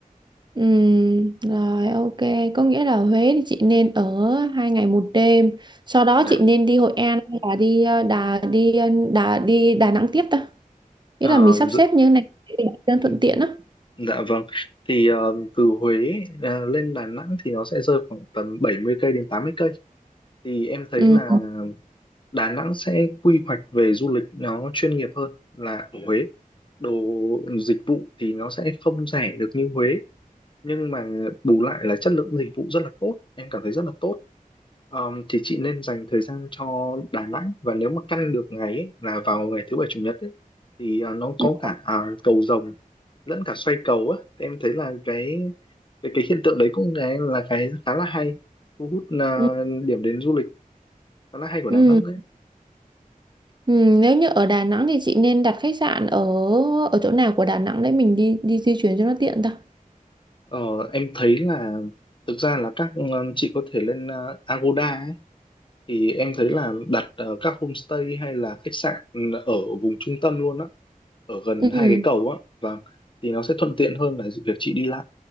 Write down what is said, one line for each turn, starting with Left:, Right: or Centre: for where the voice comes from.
Right: Ừ, rồi ok có nghĩa là Huế thì chị nên ở hai ngày một đêm sau đó
Left: dạ
Right: chị nên đi Hội An hay là đi ờ, Đà đi ờ, Đà đi Đà Nẵng tiếp ta
Left: Ờ,
Right: nghĩa là mình sắp
Left: dự-
Right: xếp như thế này để cho
Left: ừ,
Right: thuận tiện á
Left: dạ vâng thì ờ, từ Huế ờ, lên Đà Nẵng thì nó sẽ rơi khoảng tầm 70 cây đến 80 cây thì em thấy
Right: ừ.
Left: là Đà Nẵng sẽ quy hoạch về du lịch nó chuyên nghiệp hơn là ở Huế. Đồ dịch vụ thì nó sẽ không rẻ được như Huế nhưng mà bù lại là chất lượng dịch vụ rất là tốt, em cảm thấy rất là tốt. Ờm, thì chị nên dành thời gian cho Đà Nẵng và nếu mà căn được ngày ấy, là vào ngày thứ bảy chủ nhật ấy, thì à, nó
Right: Ừ.
Left: có cả à, cầu rồng lẫn cả xoay cầu á Thì em thấy là cái cái, cái hiện tượng đấy cũng là, là cái khá là hay thu hút à,
Right: Ừ.
Left: điểm đến du lịch khá là hay của
Right: Ừ.
Left: Đà Nẵng
Right: Ừ. Nếu như ở Đà Nẵng thì chị nên đặt khách sạn ở ở chỗ nào của Đà Nẵng để mình đi đi di chuyển cho nó tiện ta
Left: Ờ, em thấy là thực ra là các ờ, chị có thể lên ờ, Agoda ấy, thì em thấy là đặt ờ, các homestay hay là khách sạn ừ, ở vùng trung tâm luôn á, ở gần
Right: ừ.
Left: hai cái cầu á, và thì nó sẽ thuận tiện hơn là việc chị đi lại